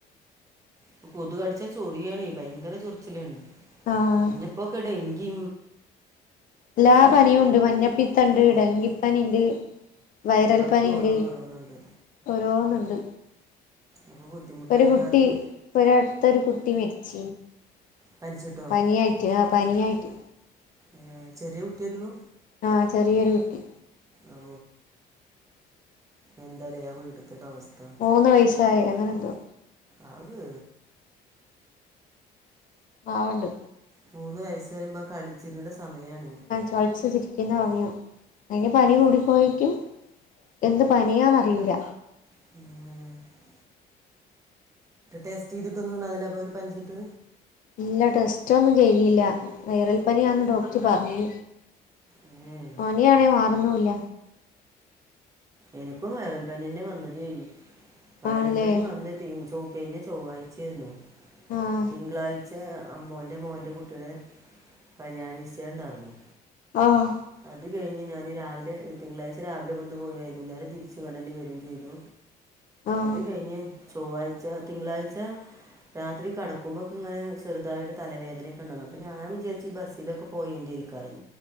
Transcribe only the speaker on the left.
ആഹ്
എല്ലാ പനിയുണ്ട് മഞ്ഞപ്പിത്തണ്ട്,
ടെങ്കിപ്പനിണ്ട് വൈറൽ
പനിണ്ട്.
ഓരോന്ന്ണ്ട്.
ഒരു കുട്ടി
ഇപ്പോൾ ഒരിടുത്തൊരു കുട്ടി മരിച്ച
പനിയായിട്ട് ആ പനിയായിട്ട്
ആ ചെറിയൊരു കുട്ടി.
മൂന്ന് വയസ്സായി അങ്ങനെന്തോ
ബവണ്ട്
കളിച് ചിരി ക്കുന്ന സമയം അയിന് പനി കൂടിപ്പോയേക്കും. എന്ത് പനിയാന് അറിയൂല്ല
ഇല്ല ടെസ്റ്റൊന്നും ചെയ്തില്ല, വൈറൽ പനിയാന്ന് ഡോക്ടർ പറഞ്ഞു.
പനിയാണെ മാറുന്നില്ല
ആണല്ലേ
ആഹ്
ആഹ്
ആഹ്